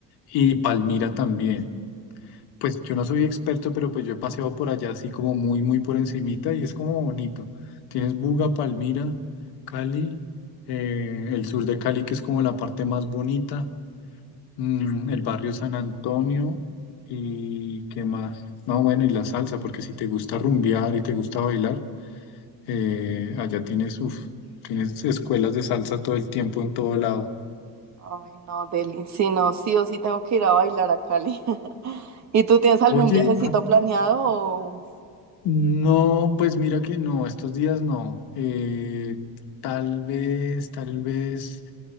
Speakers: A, on the left; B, on the right.
A: y Palmira también. Pues yo no soy experto, pero pues yo he paseado por allá así como muy, muy por encimita y es como bonito. Tienes Buga, Palmira, Cali, eh, el sur de Cali que es como la parte más bonita, mm, el barrio San Antonio y qué más. No, bueno, y la salsa, porque si te gusta rumbear y te gusta bailar. Eh, allá tienes, uf, tienes escuelas de salsa todo el tiempo en todo lado.
B: Ay, no, Deli. Si no, sí o sí tengo que ir a bailar a Cali. <laughs> ¿Y tú tienes algún
A: Oye,
B: viajecito
A: ah,
B: planeado? o-
A: no, pues mira que no, estos días no. Eh, tal vez, tal vez